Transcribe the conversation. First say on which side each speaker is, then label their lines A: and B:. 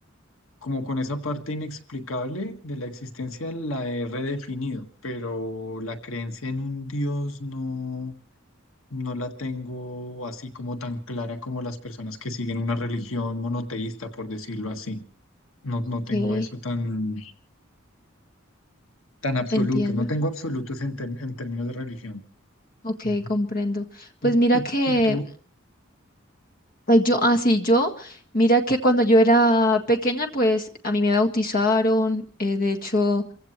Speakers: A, on the left (about 90°); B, on the left (about 45°).
A: como con esa parte inexplicable de la existencia la he redefinido, pero la creencia en un Dios no, no la tengo así como tan clara como las personas que siguen una religión monoteísta, por decirlo así. No, no
B: Sí,
A: tengo eso tan, tan absoluto,
B: entiendo.
A: no tengo absolutos en, tem- en términos de religión.
B: Ok,
A: Ujú.
B: comprendo. Pues
A: ¿Y,
B: mira
A: y,
B: que
A: y tú?
B: eh, yo, así yo, mira que cuando yo era pequeña, pues a mí me bautizaron, eh, de hecho...